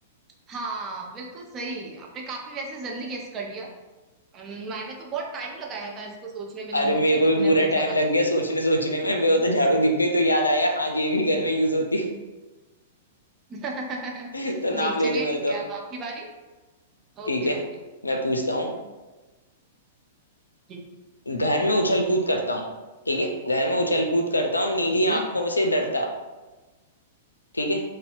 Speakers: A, on the right; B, on the left.
A: हाँ बिल्कुल सही आपने काफी वैसे जल्दी गेस कर लिया हम्म, मैंने तो बहुत टाइम लगाया था इसको सोचने में जब
B: अरे
A: मुझसे
B: मेरे को
A: किसी
B: भी पूरा
A: ने पूछा
B: टाइम
A: था
B: लग
A: तो
B: गया सोचने सोचने में वो तो झाड़ू दिख गई तो याद आया हाँ ये भी घर में यूज होती
A: <laughs>
B: है <laughs> तो
A: जी
B: नाम
A: चलिए
B: ले दे
A: ठीक
B: मेरे तो
A: है अब आपकी बारी Okay
B: ठीक है
A: okay
B: मैं पूछता हूँ
A: जी
B: घर में उछल कूद करता हूँ ठीक है घर में उछल कूद करता हूँ नीली
A: जी,
B: आंखों से डरता ठीक है